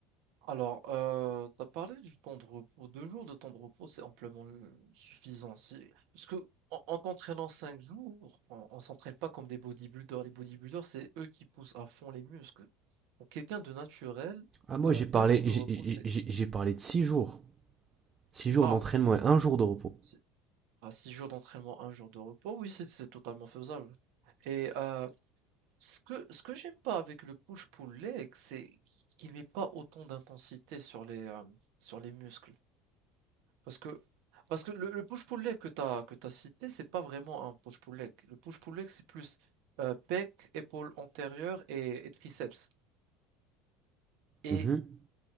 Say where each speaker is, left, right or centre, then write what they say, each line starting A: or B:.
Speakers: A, on the right (about 75°); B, on the right (about 35°).
A: alors, heu, tu parlé du temps de repos, 2 jours de temps de repos, c'est amplement, heu, suffisant. C'est parce que en en t'entraînant 5 jours, on on s'entraîne pas comme des bodybuilders. Les bodybuilders, c'est eux qui poussent à fond les muscles. Pour quelqu'un de naturel,
B: Ah moi
A: heu,
B: j'ai parlé,
A: 2 jours de
B: j'ai-
A: repos, c'est
B: j'ai j'ai parlé de six jours. six jours
A: ah,
B: d'entraînement et un jour de repos.
A: c'est à 6 jours d'entraînement, un jour de repos, oui, c'est c'est totalement faisable et heu Ce que ce que j'aime pas avec le push-pull leg, c'est qu'il met pas autant d'intensité sur les, hem, sur les muscles. Parce que parce que le le push-pull leg que t'as que t'as cité, c'est pas vraiment un push-pull leg. Le push-pull leg, c'est plus, heu, pec, épaule antérieure et et triceps. Et
B: Mhm.